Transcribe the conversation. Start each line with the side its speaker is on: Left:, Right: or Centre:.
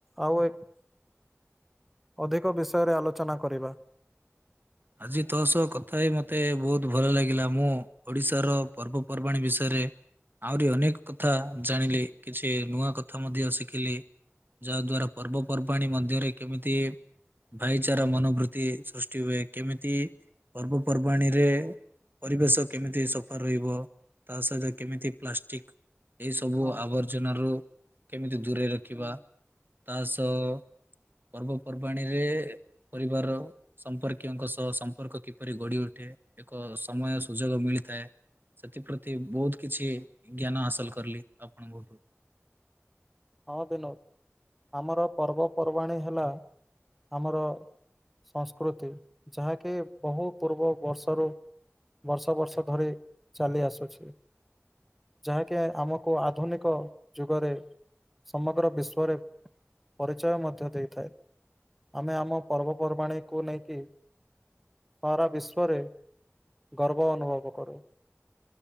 Centre: ଆଉ ଏକ ଅଧିକ ବିଷୟରେ ଆଲୋଚନା କରିବା।
Right: ଆଜି ତୋ ସହ କଥା ହେଇ ମୋତେ ବହୁତ ଭଲ ଲାଗିଲା ମୁଁ ଓଡ଼ିଶାର ପର୍ବପର୍ବାଣିୀ ବିଷୟରେ ଆହୁରି ଅନେକ କଥା ଜାଣିଲି କିଛି ନୂଆ କଥା ମଧ୍ୟ ଶିଖିଲି ଯାହା ଦ୍ୱାରା ପର୍ବପର୍ବାଣିୀ ମଧ୍ୟରେ କେମିତି ଭାଇଚାରା ମନୋବୃତ୍ତି ସୃଷ୍ଟି ହୁଏ କେମିତି ପର୍ବପର୍ବାଣିୀରେ ପରିବେଶ କେମିତି ସଫା ରହିବ ତା ସହିତ କେମିତି ପ୍ଲାଷ୍ଟିକ ଏଇ ସବୁ
Centre: ହଁ।
Right: ଆବର୍ଜନା ରୁ କେମିତି ଦୂରେଇ ରଖିବା
Centre: ହୁଁ
Right: ତା ସହ ପର୍ବପର୍ବାଣିୀରେ ପରିବାର ସମ୍ପର୍କ ଙ୍କ ସହ ସମ୍ପର୍କ କିପରି ଗଢି ଉଠେ ଏକ ସମୟ ସୁଯୋଗ ମିଳିଥାଏ। ସେଥିପ୍ରତି ବହୁତ କିଛି ଜ୍ଞାନ ହାସଲ କଲି ଆପଣଙ୍କୋଠୁ।
Centre: ହଁ ବିନୋଦ ଆମର ପର୍ବପର୍ବାଣିୀ ହେଲା ଆମର ସଂସ୍କୃତି ଯାହାକି ବହୁ ପୂର୍ବ ବର୍ଷରୁ ବର୍ଷ ବର୍ଷ ଧରି ଚାଲି ଆସୁଛି। ଯାହାକି ଆମକୁ ଆଧୁନିକ ଯୁଗରେ ସମଗ୍ର ବିଶ୍ଵରେ ପରିଚୟ ମଧ୍ୟ ଦେଇଥାଏ। ଆମେ ଆମ ପର୍ବପର୍ବାଣୀକୁୁ ନେଇକି ସାରା ବିଶ୍ୱରେ ଗର୍ବ ଅନୁଭବ କରେ